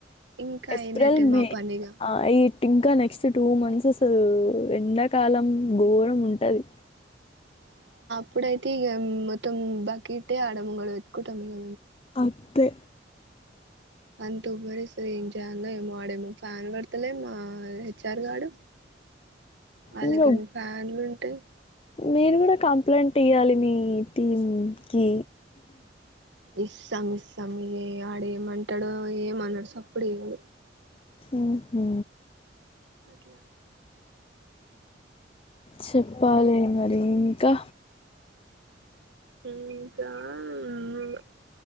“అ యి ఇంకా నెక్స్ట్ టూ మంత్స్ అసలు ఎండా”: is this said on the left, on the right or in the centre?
Left